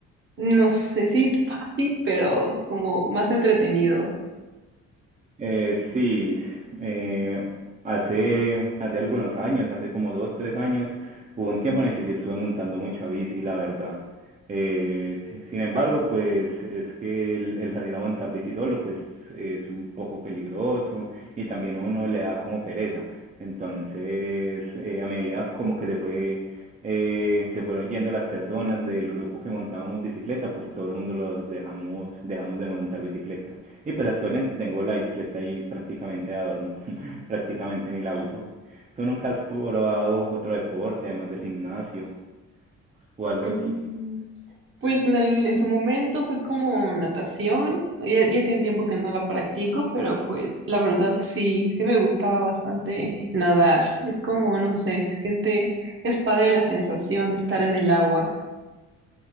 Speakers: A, on the right (about 45°); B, on the right (about 25°).
A: no sé si fácil, pero como más entretenido.
B: Eh, sí, eh, hace, hace algunos años, hace como dos, tres años, hubo un tiempo en el que sí estuve montando mucha bici, la verdad. Eh, si- sin embargo, pues es que el, el salir a montar bici solo, pues es un poco peligroso y también a uno le da como pereza. Entonces, eh, a medida como que se fue, eh, se fueron yendo las personas del grupo que montábamos bicicleta, pues todo el mundo los dejamos, dejamos de montar bicicleta. Y pues actualmente tengo la bicicleta ahí prácticamente de adorno, <laughs> prácticamente ni la uso. ¿Tú nunca has probado otro deporte, además del gimnasio o algo
A: Mm,
B: así?
A: Pues en el- en su momento fue como natación. Ya, ya tiene tiempo que no la practico, pero pues la verdad sí, sí me gustaba bastante nadar. Es como, no sé, se siente, es padre la sensación de estar en el agua.